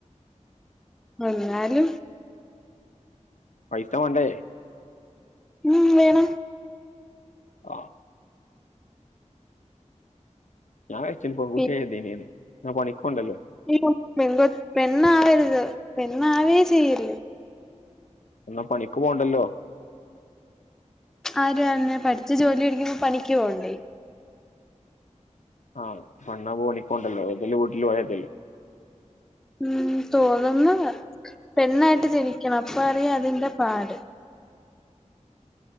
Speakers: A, in the centre; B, on the left.
A: എന്നാലും
B: പൈസ മാണ്ടേ
A: ഉം വേണം
B: ആഹ് ഞാൻച്ച പെൺ കുട്ടിയായ
A: പി
B: മതീന് നാ പണിക്കോണ്ടല്ലോ
A: ഈ കുഞ്ഞു പെൺകോ പെണ്ണാവരുത് പെണ്ണാവേ ചെയ്യല്ല്
B: എന്നാ പണിക്ക് പോണ്ടല്ലോ
A: ആര് പറഞ്ഞു പഠിച്ചു ജോലി വേടിക്കുമ്പ പണിക്ക് പോവണ്ടേ
B: ആ മണ്ണ പോ പണിക്കോണ്ടല്ലോ ഏതെല് വീട്ടില്‌ പോയാ മതിയല്ലോ
A: ഉം തോന്നുന്നതാ പെണ്ണായിട്ട് ജനിക്കണം അപ്പ അറിയ അതിന്റെ പാട്